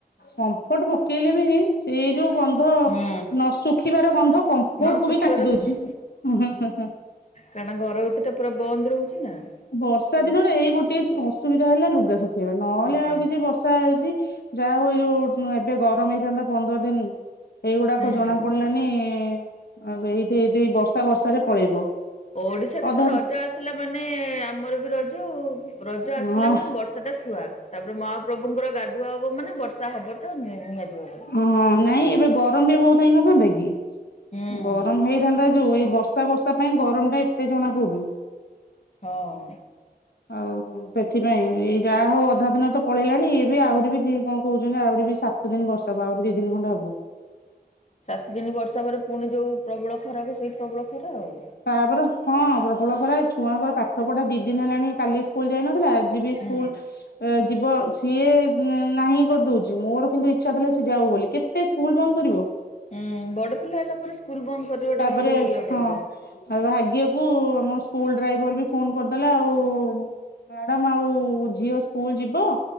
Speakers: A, on the left; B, on the left.
A: କମ୍ଫଟ ପକେଇଲେ ବି ସେ ଯୋଉ ଗନ୍ଧ
B: ହୁଁ
A: ନ ଶୁଖିବାର ଗନ୍ଧ କମ୍ଫର୍ଟ
B: ନ
A: କୁ
B: ଶୁଖିବାର
A: ବି କାଟି ଦଉଛି।
B: ହଁ
A: ହୁଁ ହୁଁ ହୁଁ ହୁଁ।
B: କାରଣ ଘର ଭିତରଟା ପୁରା ବନ୍ଦ ରହୁଛି ନା।
A: ବର୍ଷା
B: ଆଉ କଣ
A: ଦିନରେ
B: କରିବ
A: ଏଇ ଗୋଟେ ଅସୁବିଧା ହେଲା ଲୁଗା ସ ହେଇ ବା ନହେଲେ
B: ହୁଁ
A: ଆଉ କିଛି ବର୍ଷା ହେଇଛି ଯାହା ହଉ ଯୋଉ ଏବେ ଗରମ ହେଇଥାନ୍ତା ପନ୍ଦର ଦିନ ଏଇଗୁଡାକ
B: ହୁଁ।
A: ଜଣା ପଡିଲାନି। ଆଉ ଏଇଠି ଦି ବର୍ଷା ଫର୍ସା ରେ ପଳେଇବ।
B: ଓଡିଶାରେ
A: ଅଧା
B: ତ ରଜ ଆସିଲା ମାନେ ଆମର ବି ରଜ ଆଉ। ରଜ ଆସିଲା
A: ହଁ
B: ମାନେ ବର୍ଷା ଟା ଥୁଆ ତାପରେ ମହାପ୍ରଭୁଙ୍କର ଗାଧୁଆ ହବ ମାନେ ବର୍ଷା ହବ। ତ <unintelligible>
A: ହଁ ନାଇଁ ଏବେ ଗରମ ବି ବହୁତ ହେଇ ନଥାନ୍ତେ କି
B: ହୁଁ
A: ଗରମ ହେଇ ଧନ୍ଦା ଯୋଉ ଏଇ ବର୍ଷା ଫର୍ଷା ପାଇଁ ଗରମ ଟା ଏତେ ଜଣା ପଡୁନି।
B: ହଁ।
A: ଆଉ। ସେଥିପାଇଁ ଏଇ ଯାହା ହଉ ଅଧା ଦିନ ତ ପଳେଇଲାଣି ଏ ବି ଆହୁରି ବି ଦି କଣ କହୁଛନ୍ତି ଆହୁରି ବି ସାତ ସାତ ଦିନ ବର୍ଷା ପା ଆହୁରି ଦି ଦିନ ଖଣ୍ଡେ ହବ।
B: ସାତ ଦିନି ବର୍ଷା ପରେ ପୁଣି ଯୋଉ ପ୍ରବଳ ଖରାକୁ ସେଇ ପ୍ରବଳ ଖରା ଆଉ।
A: ତାପରେ ହଁ ପ୍ରବଳ ଖରା ଛୁଆଙ୍କର ପାଠ ପଢା ଦି ଦିନ ହେଲାଣି କାଲି ସ୍କୁଲ ଯାଇ ନଥିଲା ଆଜି ବି
B: ହୁଁ
A: ସ୍କୁଲ ଯିବ ସିଏ ନାହିଁ କରିଦଉଛି। ମୋର କିନ୍ତୁ ଇଚ୍ଛା ଥିଲା ସେ ଯାଉ ବୋଲି କେତେ ସ୍କୁଲ ବନ୍ଦ କରିବ।
B: ହୁଁ ବଡ ପିଲା ହେଲା ପରେ ସ୍କୁଲ ବନ୍ଦ କରିବା ଟା
A: ତାପରେ
B: ଭାରି ଅବାଗ୍ୟା।
A: ହଁ ଆଉ ଭାଗ୍ୟକୁ ଆମ ସ୍କୁଲ ଡ୍ରାଇଭର ବି ଫୋନ କରିଦେଲେ ଆଉ। ମ୍ୟାଡ଼ାମ ଆଉ ଝିଅ ସ୍କୁଲ ଯିବ?